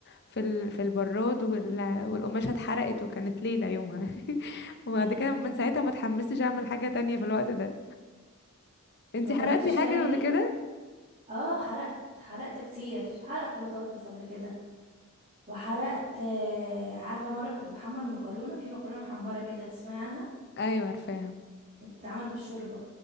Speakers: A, on the left; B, on the right.
A: في ال... في البراد وال... والقماشة اتحرقت وكانت ليلة يومها <laughs> وبعد
B: يعني
A: كده من ساعتها ما اتحمستش اعمل حاجة تانية في الوقت ده انتي
B: ما
A: حرقتي
B: جربتيش
A: حاجة
B: تعملي
A: ولا كده؟
B: اه حرقت حرقت كتير حرقت بطاطس قبل كده وحرقت آه، عارفة مرة كنت بحمر مكرونة في مكرونة محمرة كده تسمعي عنها
A: ايوه عارفاها
B: بتتعمل بالشوربة